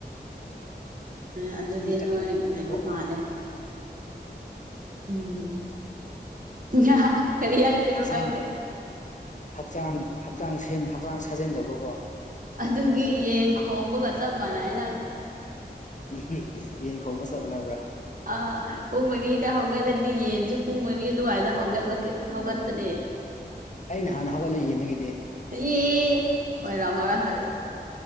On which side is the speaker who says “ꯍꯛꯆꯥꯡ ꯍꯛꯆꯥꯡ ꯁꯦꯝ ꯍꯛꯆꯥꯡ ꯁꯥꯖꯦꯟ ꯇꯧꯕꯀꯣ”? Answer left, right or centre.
Left